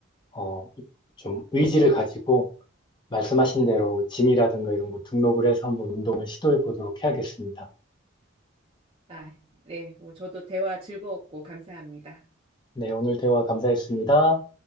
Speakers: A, on the left; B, on the right.
A: 어, 좀 의지를 가지고 말씀하신 대로 짐이라든가 이런 거 등록을 해서 한번 운동을 시도해 보도록 해야겠습니다.
B: 아, 네. 뭐 저도 대화 즐거웠고 감사합니다.
A: 네, 오늘 대화 감사했습니다.